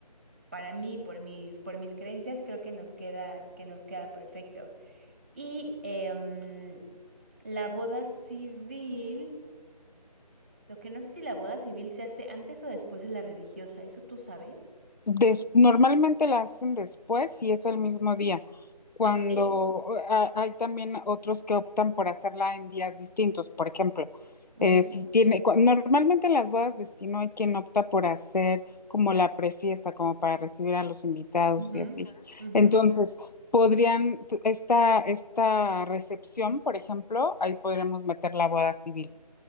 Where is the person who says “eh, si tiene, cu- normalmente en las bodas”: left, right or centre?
Left